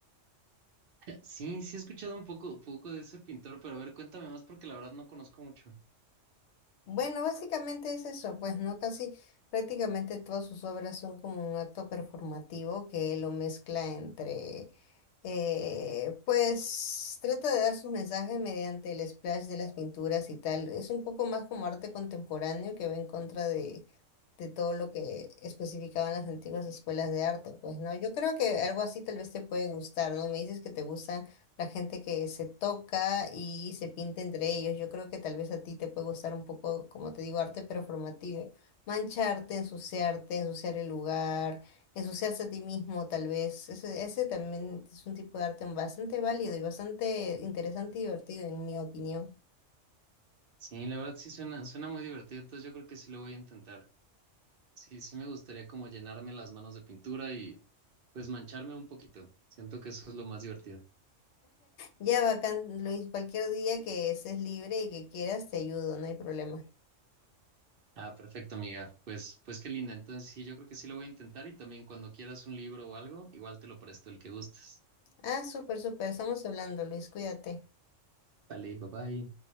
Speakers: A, on the right (about 55°); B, on the left (about 70°).
A: Sí, sí he escuchado un poco, poco de ese pintor, pero a ver, cuéntame más porque la verdad no conozco mucho.
B: Bueno, básicamente es eso, pues, ¿no? Casi prácticamente todas sus obras son como un acto performativo que lo mezcla entre, eh, pues, trata de dar sus mensajes mediante el splash de las pinturas y tal. Es un poco más como arte contemporáneo que va en contra de de todo lo que especificaban las antiguas escuelas de arte, pues, ¿no? Yo creo que algo así tal vez te puede gustar, ¿no? Me dices que te gusta la gente que se toca y se pinta entre ellos. Yo creo que tal vez a ti te puede gustar un poco, como te digo, arte performativo. Mancharte, ensuciarte, ensuciar el lugar, ensuciarse a ti mismo, tal vez. Ese, ese también es un tipo de arte bastante válido y bastante interesante y divertido, en mi opinión.
A: Sí, la verdad sí suena, suena muy divertido, entonces yo creo que sí lo voy a intentar. Sí, sí me gustaría como llenarme las manos de pintura y pues mancharme un poquito. Siento que eso es lo más divertido.
B: Ya, bacán, Luis, cualquier día que estés libre y que quieras, te ayudo, no hay problema.
A: Ah, perfecto, amiga. Pues, pues qué linda. Entonces sí, yo creo que sí lo voy a intentar y también cuando quieras un libro o algo, igual te lo presto el que gustes.
B: Ah, súper, súper. Estamos hablando, Luis. Cuídate.
A: Vale, bye bye.